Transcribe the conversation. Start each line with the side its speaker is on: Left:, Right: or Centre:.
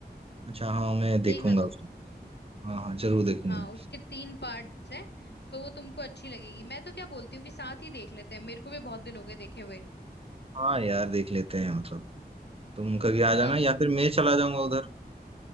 Right: अच्छा हाँ मैं देखूंगा
Left: देखना तुम
Right: उसको हाँ हाँ जरूर देखूंगा
Left: हाँ उसके तीन पार्ट्स हैं तो वो तुमको अच्छी लगेगी मैं तो क्या बोलती हूँ कि साथ ही देख लेते हैं मेरे को भी बहुत दिन हो गए देखे हुए
Right: हाँ यार देख लेते हैं मतलब तुम कभी आ जाना
Left: हाँ
Right: या फिर मैं चला जाऊंगा उधर